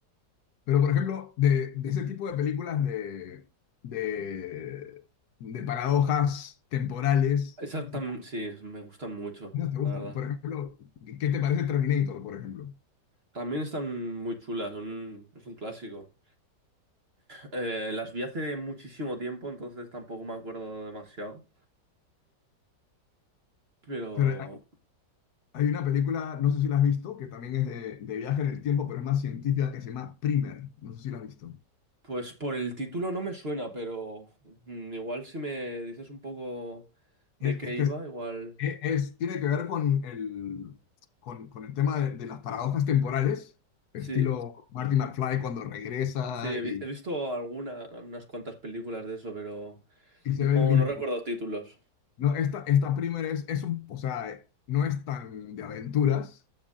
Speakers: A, on the left; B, on the right.
A: Pero, por ejemplo, de, de ese tipo de películas de, de, de paradojas temporales,
B: Esas tam-
A: como
B: sí, me gustan mucho,
A: no te
B: la
A: gustan.
B: verdad.
A: Por ejemplo, ¿qué te parece Terminator, por ejemplo?
B: También están muy chulas, son, es un clásico. Eh, las vi hace muchísimo tiempo, entonces tampoco me acuerdo demasiado. Pero,
A: Pero hay hay una película, no sé si la has visto, que también es de, de viaje en el tiempo, pero es más científica, que se llama Primer. No sé si la has visto.
B: pues por el título no me suena, pero mm, igual si me dices un poco de
A: Es,
B: qué
A: es
B: iba,
A: que
B: igual...
A: es, es- tiene que ver con el, con, con el tema de, de las paradojas temporales, estilo
B: Sí,
A: Marty McFly cuando regresa
B: sí, he, vi-
A: y,
B: he visto alguna, unas cuantas películas de eso, pero
A: y se ve
B: no,
A: el mismo.
B: no recuerdo títulos.
A: No, esta, esta primera es, es un, o sea, eh, no es tan de aventuras,